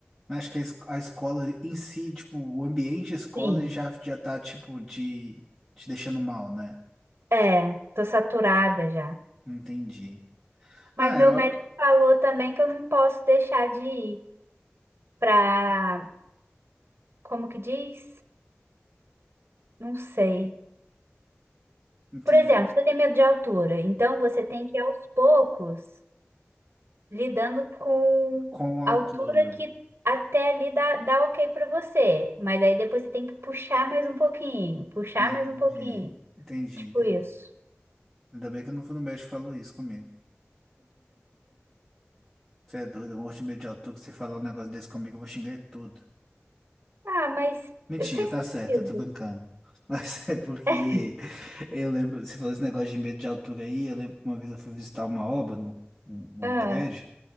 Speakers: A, in the centre; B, on the right (about 65°).
A: Mas Acho que a, es- a escola em si, tipo, o ambiente escola
B: Sim.
A: já, já tá, tipo, de, te deixando mal, né?
B: É, tô saturada já.
A: Entendi.
B: Mas
A: Ah,
B: meu
A: eu
B: médico falou também que eu não posso deixar de ir pra. Como que diz? Não sei.
A: entendi.
B: Por exemplo, você tem medo de altura, então você tem que ir aos poucos lidando com
A: Com o autor.
B: a altura que até ali dá, dá ok pra você. Mas aí depois você tem que puxar mais um pouquinho, puxar
A: Entendi.
B: mais um pouquinho.
A: Entendi,
B: Tipo
A: entendi.
B: isso.
A: Ainda bem que eu não fui no médico e falou isso comigo. Você é doido, eu morro de medo de autor, que você falar um negócio desse comigo, eu vou xingar ele tudo.
B: Ah, mas
A: Mentira,
B: faz
A: tá certo,
B: sentido.
A: eu tô brincando. Mas <laughs> é porque
B: <laughs>
A: eu lembro, você falou esse negócio de medo de altura aí, eu lembro que uma vez eu fui visitar uma obra num, num num
B: Ah,
A: prédio,